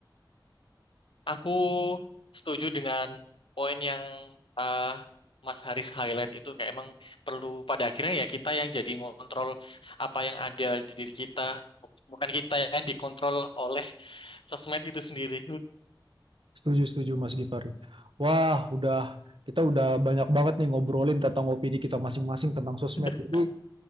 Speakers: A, on the left (about 90°); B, on the right (about 85°).
A: Aku setuju dengan poin yang eh, Mas Haris highlight itu kayak emang perlu pada akhirnya ya kita yang jadi ngontrol apa yang ada di diri kita, bukan kita yang dikontrol oleh sosmed itu sendiri.
B: Setuju, setuju Mas Gifari. Wah, udah kita udah banyak banget nih ngobrolin tentang opini kita masing-masing tentang sosmed.
A: <laughs>
B: Jadi